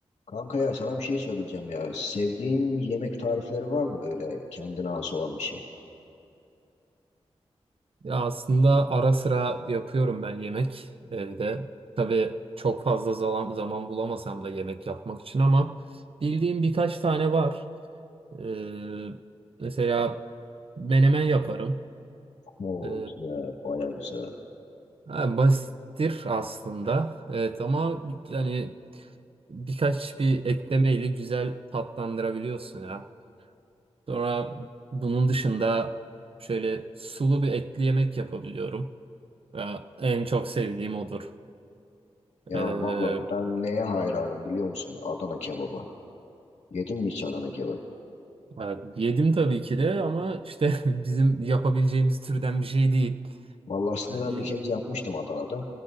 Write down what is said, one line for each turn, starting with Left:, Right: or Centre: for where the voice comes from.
Left: Kanka ya sana bir şey söyleyeceğim ya. Sevdiğin yemek tarifleri var mı böyle kendine has olan bir şey?
Right: Ya aslında ara sıra yapıyorum ben yemek evde. Tabii çok fazla zaman, zaman bulamasam da yemek yapmak için ama bildiğim birkaç tane var. Ee, mesela menemen yaparım.
Left: Oo
Right: Ee,
Left: güzel, baya güzel.
Right: ha, basittir aslında. Evet ama yani birkaç bir eklemeyle güzel tatlandırabiliyorsun ya. Sonra bunun dışında şöyle sulu bir etli yemek yapabiliyorum. Ya, en çok sevdiğim odur.
Left: Ya
Right: Ee,
Left: valla ben neye hayranım biliyor musun? Adana kebaba. Yedin mi hiç Adana kebap?
Right: e, yedim tabii ki de ama işte <laughs> bizim yapabileceğimiz türden bir şey değil.
Left: Valla aslında
Right: Yani
Left: ben bir kez yapmıştım Adana'da.